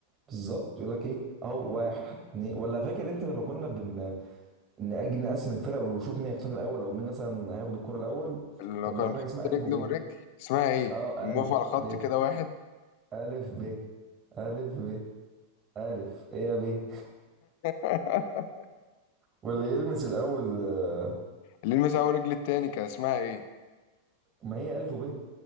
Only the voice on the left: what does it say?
اللي لو
كان
نحط
رجل
ورجل اسمها ايه
كنا
بنقف على خط
كده واحد
<laughs>
اللي يلمس اول رجل التاني كان اسمها ايه